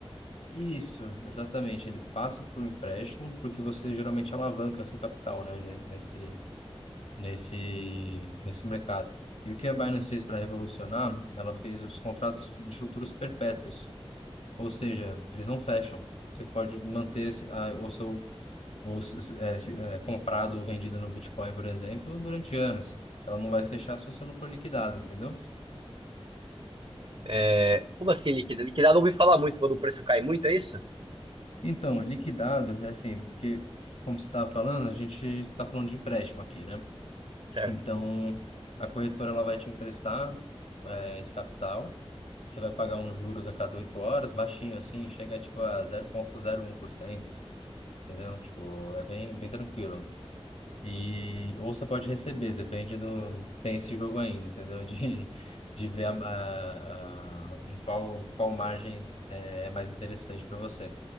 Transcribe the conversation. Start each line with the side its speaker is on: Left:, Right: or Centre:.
Left: isso, exatamente. Ele passa por um empréstimo, porque você geralmente alavanca seu capital, né, ne- nesse, nesse, nesse mercado. E o que a Binance fez para revolucionar, ela fez os contratos de futuros perpétuos, ou seja, eles não fecham. Você pode manter esse- a- o seu o, se- é, se- é, comprado ou vendido no Bitcoin, por exemplo, durante anos. Ela não vai fechar se você não for liquidado, entendeu?
Right: É, como assim liquidar? Liquidar eu não ouvi falar muito quando o preço cai muito, é isso?
Left: Então, liquidado é assim, porque, como você estava falando, a gente está falando de empréstimo aqui, né?
Right: Certo.
Left: Então, a corretora ela vai te emprestar eh, esse capital. Você vai pagar uns juros a cada oito horas, baixinho assim, chega tipo a zero vírgula zero um por cento, entendeu? Tipo, é bem, bem tranquilo. E, ou você pode receber, depende do. Tem esse jogo ainda, entendeu? <laughs> De, de ver a, a, a- em qual, qual margem eh, é mais interessante para você,